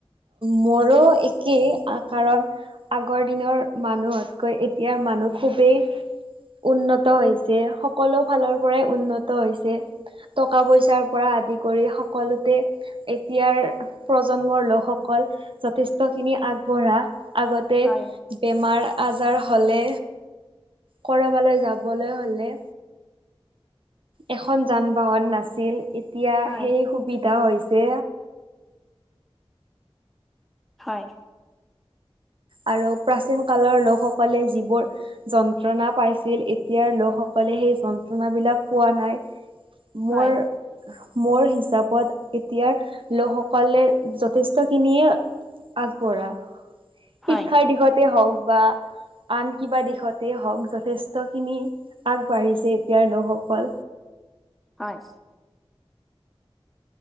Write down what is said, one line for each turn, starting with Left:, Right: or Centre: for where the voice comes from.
Right: মোৰো একেই, কাৰণ আগৰ দিনৰ মানুহতকৈ এতিয়া মানুহ খুবেই উন্নত হৈছে সকলো ফালৰ পৰাই উন্নত হৈছে। টকা পইচাৰ পৰা আদি কৰি সকলোতে এতিয়াৰ প্ৰজন্মৰ লোকস অকল যথেষ্ট খিনি আগবঢ়া। আগতে
Centre: হয়
Right: বেমাৰ আজাৰ হ'লে কৰবালৈ যাবলৈ হ'লে এখন যান বাহন নাছিল এতিয়া
Centre: হয়
Right: সেই সুবিধা হৈছে।
Centre: হয়।
Right: আৰু প্ৰাচীন কালৰ লোকসকলে যিবোৰ যন্ত্ৰণা পাইছিল এতিয়াৰ লোকসকলে সেই যন্ত্ৰণা বিলাক পোৱা নাই। মোৰ
Centre: হয়
Right: মোৰ হিচাপত এতিয়াৰ লোকসকলে যথেষ্ট খিনিয়ে আগবঢ়া,
Centre: হয়
Right: শিক্ষাৰ দিশতে হওঁক বা আন কিবা দিশতে হওঁক যথেষ্ট খিনি আগবাঢ়িছে এতিয়াৰ লোকসকল।
Centre: হয়।